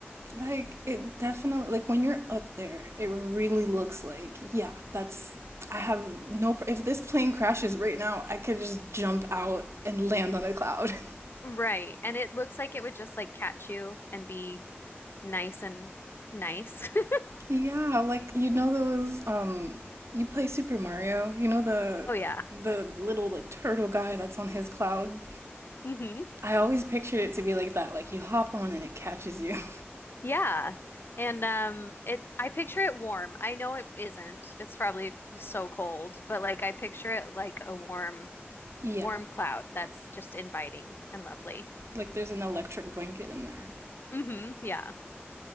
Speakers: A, on the right (about 85°); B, on the left (about 55°).
A: Like it definitely, like when you're up there, it really looks like, yeah, that's, I have no, pr- if this plane crashes right now, I could just jump out and land on a cloud. <laughs>
B: Right. And it looks like it would just like catch you and be nice and nice. <laughs>
A: Yeah, like you know those um you play Super Mario, you know the
B: Oh yeah.
A: the little like turtle guy that's on his cloud.
B: hmm
A: I always pictured it to be like that, like you hop on and it catches you. <laughs>
B: Yeah. And um it I picture it warm. I know it isn't. It's probably just so cold, but like I picture it like a warm
A: Yeah.
B: warm cloud that's just inviting and lovely.
A: Like there's an electric blanket in there.
B: hmm Yeah.